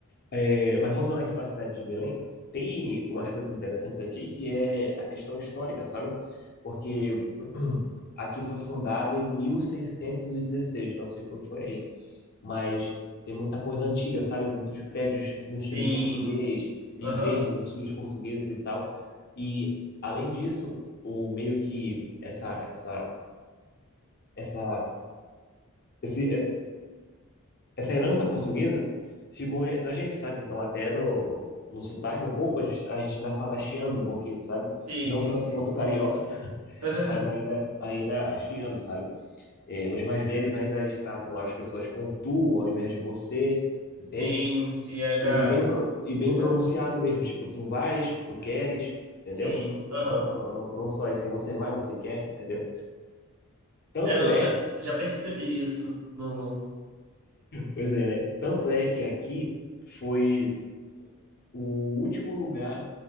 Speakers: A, on the left; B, on the right.
A: é, mas voltando aqui para a cidade de Belém, tem umas coisas interessantes aqui que é a questão histórica, sabe? Porque <clears throat> aqui foi fundado em 1616, não sei como foi aí, mas tem muita coisa antiga, sabe? Muitos prédios no estilo
B: Sim.
A: português, igrejas
B: Aham.
A: nos estilos portugueses e tal. E além disso, o meio que essa essa essa esse, essa herança portuguesa ficou na gente, sabe? Então, até no, no, no sotaque, um pouco, a gente, a gente ainda fala chiando um pouquinho, sabe?
B: Sim,
A: Não
B: sim,
A: tanto
B: sim.
A: quanto o carioca,
B: <laughs>
A: mas ainda, ainda chiando, sabe? É, os mais velhos ainda eles tratam as pessoas com tu ao invés de você, entende?
B: Sim, sim, é, já,
A: E bem, pro- e bem
B: já.
A: pronunciado mesmo, tipo, tu vais, tu queres, entendeu?
B: Sim. Aham.
A: Não, só- não, não só esse você vai, você quer, entendeu? Tanto
B: É, eu
A: é,
B: já, já percebi isso no.
A: pois é, né? Tanto é que aqui foi o último lugar